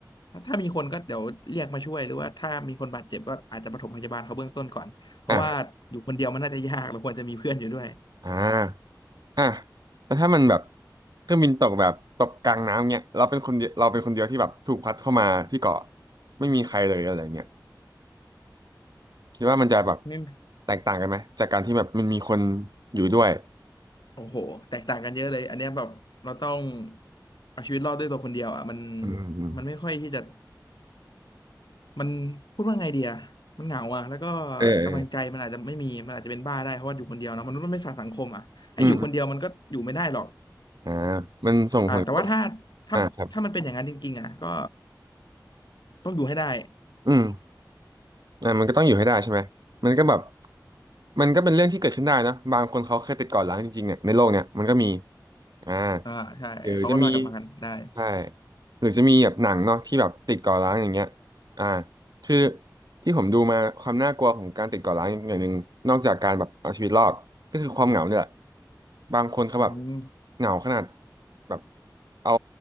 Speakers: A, on the left (about 80°); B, on the right (about 65°).
A: ถ้าถ้ามีคนก็เดี๋ยวเรียกมาช่วยหรือว่าถ้ามีคนบาดเจ็บก็อาจจะปฐมพยาบาลเขาเบื้องต้นก่อนเพราะว่าอยู่คนเดียวมันน่าจะยากเราควรจะมีเพื่อนอยู่ด้วย
B: อ่าอ่าอ่ะแล้วถ้ามันแบบเครื่องบินตกแบบตกกลางน้ำเงี้ยเราเป็นคนเดียวเราเป็นคนเดียวที่แบบถูกพัดเข้ามาที่เกาะไม่มีใครเลยอะไรเงี้ยคิดว่ามันจะแบบ
A: ไม่
B: แตกต่างกันไหมจากการที่แบบมันมีคนอยู่ด้วย
A: โอ้โหแตกต่างกันเยอะเลยอันเนี้ยแบบเราต้องเอาชีวิตรอดด้วยตัวคนเดียวอ่ะมัน
B: อืมอืม
A: มันไม่ค่อยที่จะมันพูดว่าไงเดียมันเหงาอ่ะแล้วก็
B: อืมเออเออ
A: กำลังใจมันอาจจะไม่มีมันอาจจะเป็นบ้าได้เพราะว่าอยู่คนเดียวเนอะมนุษย์มันไม่สานสังคมอ่ะให้อยู่คนเดียวมันก็อยู่ไม่ได้หรอก
B: อืมอมอ่ามันส่งผลกระทบ
A: อ่าแต่ว่าถ้าถ้าถ้ามันเป็นอย่างนั้นจริงๆอ่ะก็
B: อ่าครับ
A: ต้องอยู่ให้ได้
B: อืม อ่ามันก็ต้องอยู่ให้ได้ใช่ไหมมันก็แบบมันก็เป็นเรื่องที่เกิดขึ้นได้นะบางคนเขาเคยติดก่อนร้างจริงๆเนี่ยในโลกเนี่ยมันก็มีอ่า
A: อ่าใช่เขาก็รอดกลับมากันได้
B: หรือจะมีใช่หรือจะมีแบบหนังเนาะที่แบบติดก่อร้างอย่างเงี้ยอ่าคือที่ผมดูมาความน่ากลัวของการติดก่อร้างอย่างหนึ่งนอกจากการแบบเอาชีวิตรอดก็คือความเหงาเนี่ยแหละบางคนเขาแบบ
A: อืม
B: เหงาขนาดแบบเอา